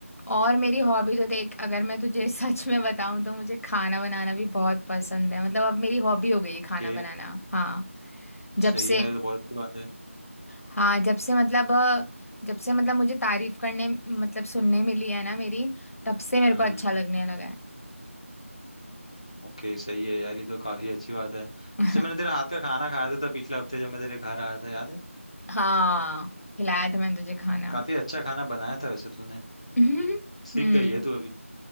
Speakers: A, on the left; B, on the left.
A: और मेरी हॉबी तो देख अगर मैं तुझे <laughs> सच में बताऊं तो मुझे खाना बनाना भी बहुत पसंद है मतलब अब मेरी हॉबी हो गई है
B: ओके
A: खाना बनाना हाँ जब
B: सही
A: से
B: है ये तो बहुत अच्छी बात है
A: हाँ जब से मतलब अ, जब से मतलब मुझे तारीफ करने मतलब सुनने मिली है ना मेरी तब से मेरे
B: हम्म
A: को अच्छा लगने लगा
B: ओके सही है यार ये तो काफी अच्छी बात है वैसे
A: है
B: मैंने
A: <laughs>
B: तेरे हाथ का खाना खाया था, था पिछले हफ्ते जब मैं तेरे घर आया था याद है
A: हाँ खिलाया था मैंने तुझे खाना
B: काफी अच्छा खाना बनाया था वैसे तूने
A: <laughs>
B: सीख
A: हम्म
B: गई है तू अभी